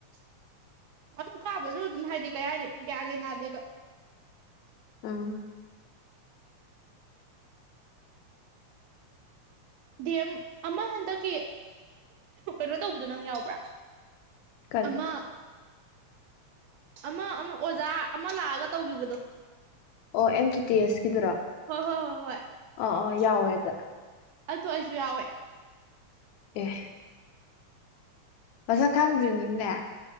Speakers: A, on the right (about 75°); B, on the left (about 75°).
A: <unintelligible> ꯑꯗꯨꯝ ꯀꯥꯕꯁꯨ ꯑꯗꯨꯝ ꯍꯥꯏꯗꯤ ꯀꯩ ꯍꯥꯏꯅꯤ ꯒ꯭ꯌꯥꯃꯤ ꯥꯗꯦꯕ
B: ꯎꯝ
A: ꯗꯦꯝ ꯑꯃ ꯍꯟꯗꯛꯀꯤ ꯀꯩꯅꯣ ꯇꯧꯕꯗ ꯅꯪ ꯌꯥꯎꯕ꯭ꯔꯥ
B: ꯀꯔꯤ
A: ꯑꯃ ꯑꯃ ꯑꯃ ꯑꯣꯖꯥ ꯑꯃ ꯂꯥꯛꯑꯒ ꯇꯧꯈꯤꯕꯗꯣ
B: ꯑꯣ ꯑꯦꯝ ꯇꯤ ꯇꯤ ꯑꯦꯁꯀꯤꯗꯨꯔꯣ
A: ꯍꯣꯏ ꯍꯣꯏ ꯍꯣꯏ
B: ꯑꯥ ꯑꯥ ꯌꯥꯎꯋꯦ <inaudible>
A: ꯑꯗꯨ ꯑꯩꯁꯨ ꯌꯥꯎꯋꯦ
B: ꯑꯦ ꯃꯁꯛ ꯈꯪꯗ꯭ꯔꯤꯅꯤꯅꯦ